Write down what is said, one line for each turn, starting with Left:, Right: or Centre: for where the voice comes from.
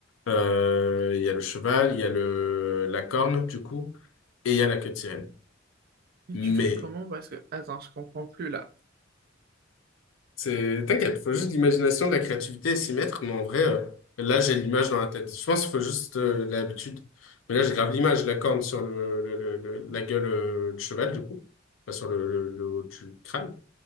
Left: Euh, il y a le cheval, il y a le, la corne, du coup, et il y a la queue de sirène.
Right: Et
Left: Mais,
Right: tu fais comment? Parce que, attends, je comprends plus là.
Left: c'est, t'inquiète, faut juste de l'imagination, de la créativité et s'y mettre. Mais en vrai, euh, là, j'ai l'image dans la tête. Je pense qu'il faut juste euh, l'habitude. Mais là, j'ai grave l'image, la corne sur le, le- le- le- la gueule euh, du cheval, du coup. Enfin, sur le, le, le haut du crâne.